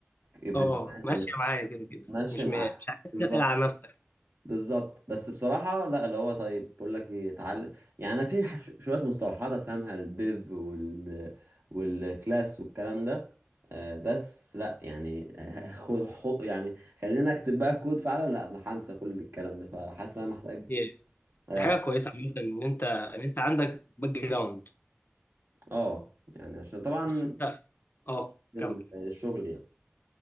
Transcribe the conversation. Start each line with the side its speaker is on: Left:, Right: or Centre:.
Right: فيديوهات
Left: اه ماشيه
Right: تمام،
Left: معايا كده كده
Right: ماشي
Left: مش
Right: مع
Left: م... مش عايز
Right: بالظبط
Left: تقل على نفسك
Right: بالظبط بس بصراحة لا اللي هو طيب بقول لك ايه اتعلم يعني انا في ح- شوية مصطلحات افهمها الديف وال والكلاس والكلام ده آه، بس لا يعني <laughs> خ- خ- يعني خلينا اكتب بقى كود فعلا لا هنسى كل الكلام ده فحاسس ان انا محتاج
Left: إيه.
Right: اه
Left: دي حاجه كويسه عامه ان انت ان انت عندك باك جراوند
Right: آه، يعني عشان طبعا
Left: بس انت اه
Right: بال-
Left: كمل
Right: الشغل يعني